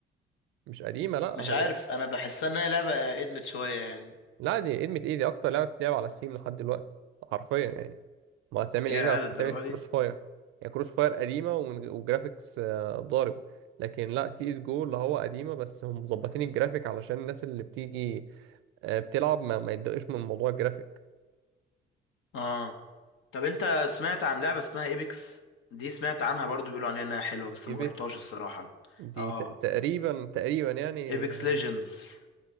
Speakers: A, on the right (about 85°); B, on the left (about 80°).
A: مش قديمه لا
B: مش
A: هو
B: عارف أنا بحسها إنها لعبة إدمت شوية يعني
A: لا دي ادمت ايه دي اكتر لعبه بتتلعب على ستيم لحد دلوقتي حرفيا يعني ما هتعمل
B: يا
A: ايه لو هتعمل
B: للدرجة
A: إيه في
B: دي
A: كروس فاير يعني كروس فاير قديمه ومن وجرافيكس آه، ضارب لكن لا سي اس جو اللي هو قديمه بس هم مظبطين الجرافيك علشان الناس اللي بتيجي آه، بتلعب ما, ما يتضايقش من موضوع الجرافيك
B: اه طب انت سمعت عن لعبة اسمها ايبكس دي سمعت عنها برضو بيقولوا عليها انها حلوة بس
A: ايبكس
B: ما جربتهاش الصراحة
A: دي
B: اه
A: ت- تقريبا تقريبا يعني
B: ايبكس
A: آه،
B: ليجندز